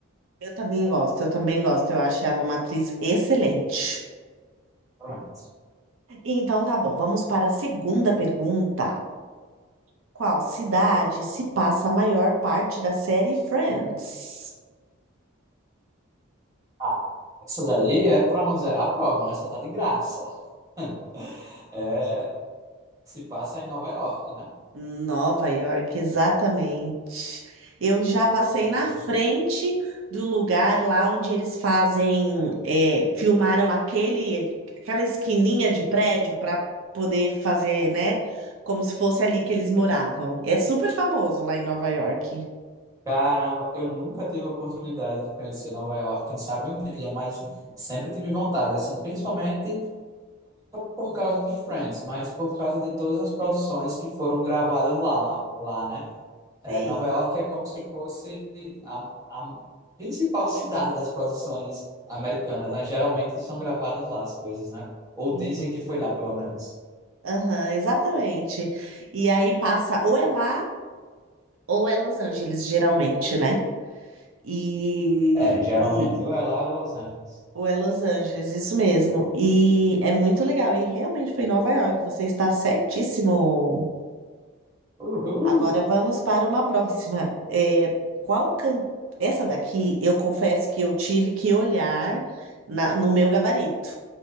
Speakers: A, on the right (about 75°); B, on the right (about 15°).
A: Eu também gosto, eu também gosto. Eu acho ela uma atriz excelente.
B: Pronto.
A: Então tá bom, vamos para a segunda pergunta. Qual cidade se passa a maior parte da série Friends?
B: Ah, essa daí é pra não zerar a prova, né? Essa tá de graça. <laughs> É, se passa em Nova York, né?
A: Nova York, exatamente. Eu já passei
B: Aí,
A: na frente do lugar lá onde eles fazem, é, filmaram aquele, aquela esquininha de prédio para poder fazer, né? Como se fosse ali que eles moravam. É super famoso lá em Nova York.
B: caramba, eu nunca tive a oportunidade de conhecer Nova York, quem sabe um dia, mas sempre tive vontade, assim, principalmente por causa de Friends, mas por causa de todas as produções que foram gravadas lá, lá, lá, né? É,
A: Sei.
B: Nova York é como se fosse a, a principal <laughs> cidade das produções americanas, né? Geralmente são gravadas lá as coisas, né? Ou
A: Isso.
B: dizem que foi lá, pelo menos.
A: Aham, exatamente. E aí passa, ou é lá, ou é Los Angeles, geralmente, né? E,
B: É, geralmente
A: e
B: ou é lá ou é Los Angeles.
A: ou é Los Angeles, isso mesmo. E é muito legal. E realmente foi em Nova York, você está certíssimo.
B: Uhul!
A: Agora vamos para uma próxima. É, qual can... Essa daqui, eu confesso que eu tive que olhar na- no meu gabarito.